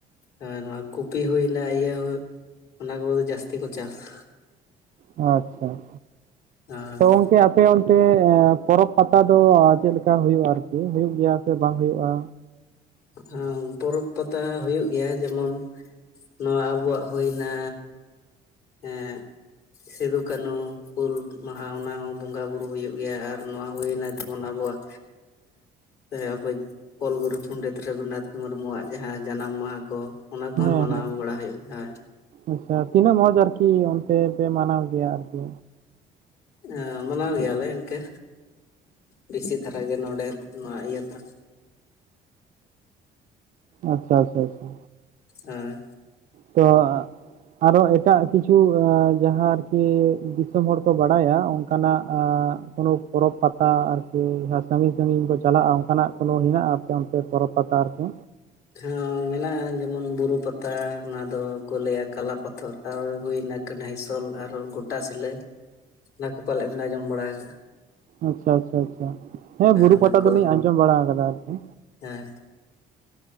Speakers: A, on the left; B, on the right.
A: ᱦᱮᱸ ᱱᱚᱣᱟ ᱠᱚᱯᱤ ᱦᱩᱭᱱᱟ ᱤᱭᱟᱹ ᱚᱱᱟ ᱠᱚᱫᱚ ᱡᱟᱹᱥᱛᱤ ᱠᱚ ᱪᱟᱥᱟ
B: ᱟᱪᱪᱷᱟ ᱟᱪᱷᱟ
A: ᱟᱨ
B: ᱛᱚ ᱟ- -ᱯᱮ ᱚᱱᱛᱮ ᱯᱚᱨᱚᱵᱽ ᱯᱟᱛᱟ ᱫᱚ ᱪᱮᱫᱠᱟ ᱦᱩᱭᱩᱜᱼᱟ ᱟᱨᱠᱤ ᱦᱩᱭᱩᱜ ᱜᱮᱭᱟ ᱥᱮ ᱵᱟᱝ ᱦᱩᱭᱩᱜᱼᱟ
A: ᱦᱚᱸ ᱯᱚᱨᱚᱵᱽ ᱯᱟᱛᱟ ᱦᱩᱭᱩᱜ ᱜᱮᱭᱟ ᱡᱮᱢᱚᱱ ᱱᱚᱣᱟ ᱟᱵᱚ ᱟᱵᱚᱣᱟᱜ ᱦᱩᱭᱱᱟ ᱮᱸᱜ ᱥᱤᱫᱩ ᱠᱟᱹᱱᱩ ᱦᱩᱞ ᱢᱟᱦᱟ ᱚᱱᱟ ᱦᱚᱸ ᱵᱚᱸᱜᱟᱼ ᱵᱩᱨᱩ ᱦᱩᱭᱩᱜ ᱜᱮᱭᱟ ᱟᱨ ᱱᱚᱣᱟ ᱦᱩᱭᱱᱟ ᱛᱟᱵᱚᱱ ᱟᱵᱚᱣᱟᱜ ᱮ ᱟᱵᱚᱭᱤᱡ <inaudible> ᱚᱞ ᱜᱩᱨᱩ ᱯᱚᱱᱰᱤᱛ ᱨᱟᱹᱜᱷᱩᱱᱟᱛᱷ ᱢᱩᱨᱢᱩᱣᱟᱜ ᱡᱟᱦᱟᱸ ᱡᱟᱱᱟᱢ ᱢᱟᱦᱟ ᱠᱚ ᱚᱱᱟ ᱠᱚᱦᱚᱸ
B: ᱦᱮᱸ
A: ᱢᱟᱱᱟᱣ
B: ᱦᱮᱸ
A: ᱵᱟᱲᱟ ᱦᱩᱭᱩᱜ ᱜᱮᱭᱟ ᱦᱮᱸ
B: ᱟᱪᱪᱷᱟ ᱛᱤᱱᱟᱹᱜ ᱢᱚᱸᱡᱽ ᱟᱨᱠᱤ ᱚᱱᱛᱮ ᱯᱮ ᱢᱟᱱᱟᱣ ᱜᱮᱭᱟ ᱟᱨᱠᱤ
A: ᱮᱸ ᱢᱟᱱᱟᱣ ᱜᱮᱭᱟᱞᱮ ᱤᱱᱠᱟᱹ ᱵᱮᱥᱤ ᱫᱷᱟᱨᱟ ᱜᱮ ᱱᱚᱰᱮ ᱱᱚᱣᱟ ᱤᱭᱟᱹ ᱫᱚ <inaudible>
B: ᱟᱪᱪᱷᱟ ᱟᱪᱪᱷᱟ ᱟᱪᱷᱟ
A: ᱦᱚᱭ
B: ᱛᱚ ᱟᱨᱦᱚ ᱮᱴᱟᱜ ᱠᱤᱪᱷᱩ ᱡᱟᱦᱟᱸ ᱟᱨᱠᱤ ᱫᱤᱥᱚᱢ ᱦᱚᱲ ᱠᱚ ᱵᱟᱲᱟᱭᱟ ᱚᱱᱠᱟᱱᱟᱜ ᱠᱳᱱᱳ ᱯᱚᱨᱚᱵᱽ ᱯᱟᱛᱟ ᱟᱨᱠᱤ ᱡᱟᱦᱟᱸ ᱥᱟᱹᱜᱤᱧ ᱥᱟᱹᱜᱤᱧ ᱠᱚ ᱪᱟᱞᱟᱜᱼᱟ ᱚᱱᱠᱟᱱᱟᱜ ᱠᱳᱱᱳ ᱦᱮᱱᱟᱜᱼᱟ ᱟᱯᱮ ᱚᱱᱛᱮ ᱯᱚᱨᱚᱵᱽ ᱯᱟᱛᱟ ᱟᱨᱠᱤ
A: ᱦᱚᱸ ᱢᱮᱱᱟᱜᱼᱟ ᱡᱮᱢᱚᱱ ᱵᱩᱨᱩ ᱯᱟᱛᱟ ᱚᱱᱟ ᱫᱚᱠᱚ ᱞᱟᱹᱭᱟ ᱠᱟᱞᱟᱯᱚᱛᱚᱨ ᱟᱨ ᱦᱩᱭᱱᱟ ᱠᱟᱹᱦᱟᱭ ᱥᱳᱞ ᱟᱨ ᱜᱚᱴᱟ ᱥᱤᱞᱟᱹ ᱚᱱᱟ ᱠᱚ ᱯᱟᱞᱮᱫ ᱵᱤᱱ ᱟ ᱸᱡᱚᱢ ᱵᱟᱲᱟ ᱟᱠᱟᱜᱼᱟ
B: ᱟᱪᱪᱷᱟ ᱟᱪᱪᱷᱟ ᱟᱪᱪᱷᱟ ᱦᱮᱸ ᱵᱩᱨᱩ
A: ᱚᱱᱟ
B: ᱯᱟᱛᱟ
A: ᱠᱚ
B: ᱫᱚᱞᱤᱧ ᱟᱸᱡᱚᱢ ᱵᱟᱲᱟ ᱟᱠᱟᱫᱟ ᱟᱨᱠᱤ
A: ᱦᱮᱸ